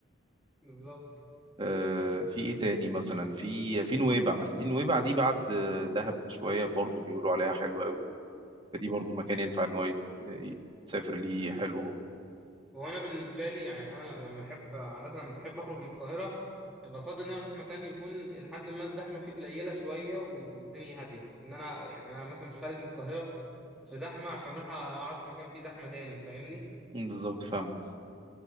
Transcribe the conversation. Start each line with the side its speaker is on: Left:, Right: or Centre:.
Centre: بالظبط
Right: آه، في ايه تاني مثلا في في نويبع بس دي نويبع دي بعد آه، دهب بشويه برضو بيقولوا عليها حلوه قوي فدي برضو مكان ينفع ان هو يت- يتسافر ليه حلو برضو.
Centre: هو أنا بالنسبة لي يعني أنا ل- لما أحب عادة لما بحب أخرج من القاهرة بفضل إن أنا أروح مكان يكون لحد ما الزحمة فيه قليلة شوية والدنيا هادية إن أنا يعني أنا مثلا مش خارج من القاهرة في زحمة عشان أروح أقعد في مكان فيه زحمة تاني فاهمني؟
Right: مم، بالظبط فاهمك